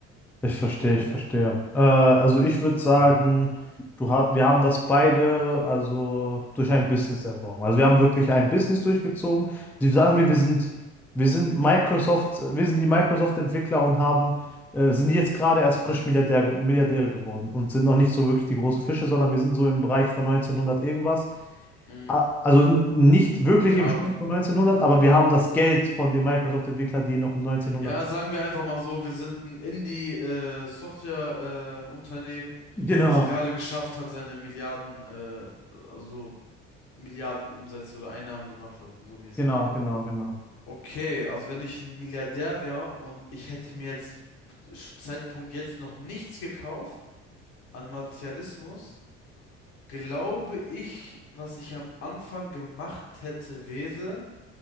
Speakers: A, in the centre; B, on the left (about 70°).
A: Ich verstehe, ich verstehe. Äh, also ich würde sagen, du ha wir haben das beide also durch ein Business erworben. Also wir haben wirklich ein Business durchgezogen. Die sagen wir, wir sind, wir sind Microsoft, wir sind die Microsoft-Entwickler und haben, äh, sind jetzt gerade erst frisch Milliardär, Milliardäre geworden und sind noch nicht so wirklich die großen Fische, sondern wir sind so im Bereich von 1900 irgendwas.
B: Mhm.
A: A- Also n- nicht wirklich
B: Ja,
A: im Stand
B: okay.
A: von 1900, aber wir haben das Geld von den Microsoft-Entwicklern, die noch im 1900
B: Ja,
A: sind.
B: sagen wir einfach mal so, wir sind ein Indie äh, Software äh, Unternehmen,
A: Genau,
B: was gerade geschafft hat, seine Milliarden äh, also Milliarden Umsätze oder Einnahmen gemacht hat, so mäßig.
A: genau, genau, genau.
B: Okay, also wenn ich ein Milliardär wäre und ich hätte mir jetzt Zeitpunkt jetzt noch nichts gekauft an Materialismus, glaube ich, was ich am Anfang gemacht hätte, wäre,